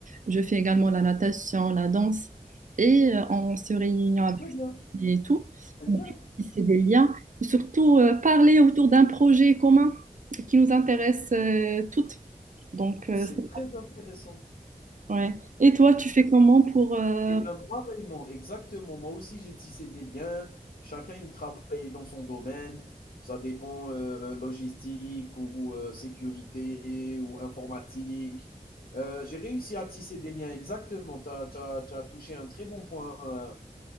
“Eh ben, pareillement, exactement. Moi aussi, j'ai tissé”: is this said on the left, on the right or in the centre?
Left